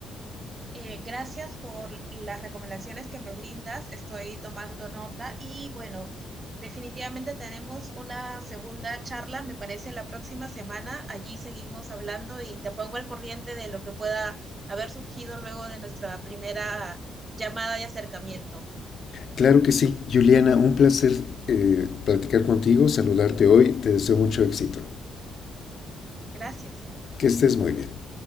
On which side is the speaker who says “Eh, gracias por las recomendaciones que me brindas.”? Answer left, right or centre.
Right